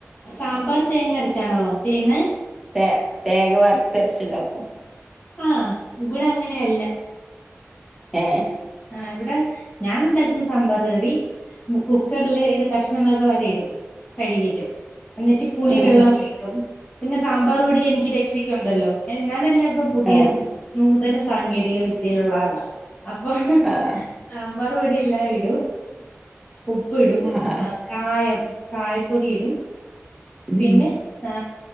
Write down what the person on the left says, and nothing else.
സാമ്പാർ തേങ്ങ അരച്ചാണോ ചെയ്യുന്നേ?
ആഹ് ഇവിടെ അങ്ങനെയല്ല.
ആ ഇവിടെ ഞാൻ ഉണ്ടാക്കുന്ന സാമ്പാറ് കറി- കുക്കറില് ഇത് കഷ്ണങ്ങളൊക്കെ വരിയിടും കഴുകീട്ട്. എന്നിട്ട് പുളി
വെള്ളം ഒഴിക്കും, പിന്നെ സാമ്പാർ പൊടി എനിക്ക് രക്ഷക്കുണ്ടല്ലോ ഞാനല്ല- ഇപ്പൊ പുതിയ
നൂതന സാങ്കേതിക വിദ്യയിലുള്ള ആളാണ്. അപ്പൊ
സാമ്പാറ് പൊടി എല്ലാം ഇടും. ഉപ്പിടും
ആ കായം കായപ്പൊടിയിടും.
പിന്നെ ആ